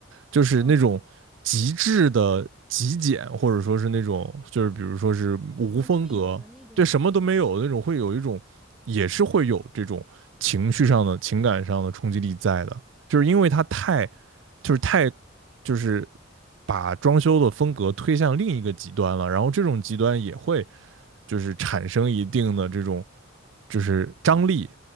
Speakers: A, on the right; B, in the centre.
A: 就是那种极致的极简，
B: 嗯。
A: 或者说是那种就是比如说是无风格，
B: 什么都没有的那种吗？
A: 对什么都没有那种，会有一种也是会有这种情绪上的、情感上的冲击力在的，就是因为它太就是太就是把装修的风格推向另一个极端了，然后这种极端也会就是产生一定的这种就是张力，